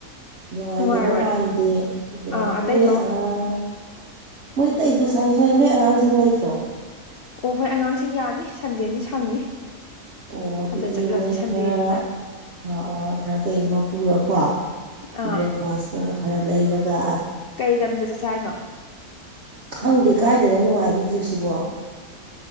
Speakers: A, on the right; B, on the left.
A: ꯅꯨꯡꯉꯥꯏꯗꯧꯕ
B: ꯅꯨꯡꯉꯥꯏꯔꯣꯏ
A: ꯃꯥꯟꯗꯦ ꯑꯗꯣ
B: ꯑꯥ ꯑꯇꯩꯗꯣ
A: ꯅꯣꯏ ꯑꯉꯥꯡ ꯃꯣꯏꯇꯩ ꯑꯩꯗꯣ ꯁꯪꯉꯤ ꯁꯪꯉꯤ ꯅꯣꯏ ꯑꯉꯥꯡꯁꯤꯡ ꯂꯩꯇ꯭ꯔꯣ
B: ꯑꯣ ꯍꯣꯏ ꯑꯉꯥꯡꯁꯤꯡ ꯌꯥꯅꯤ ꯁꯟꯗꯦꯅꯤ ꯁꯪꯅꯤ
A: ꯑꯣ ꯑꯗꯨꯗꯤ
B: ꯑꯗ ꯆꯠꯂꯁꯤ
A: ꯃꯣꯏ
B: ꯁꯟꯗꯦꯅꯤꯅ
A: ꯈꯔ ꯑꯉꯥꯡ ꯈꯔ ꯀꯩ ꯑꯃ ꯄꯨꯔꯀꯣ
B: ꯑꯥ
A: ꯕ꯭ꯔꯦꯛꯐꯥꯁ ꯈꯔ ꯈꯔ ꯂꯩꯔꯒ
B: ꯀꯩ ꯂꯝꯗ ꯆꯠꯁꯦ ꯍꯥꯏꯅꯣ
A: ꯈꯪꯗꯦ ꯀꯥꯏꯗꯅ ꯅꯨꯡꯉꯥꯏ ꯃꯥꯒꯤ ꯍꯧꯖꯤꯛꯁꯤꯕꯣ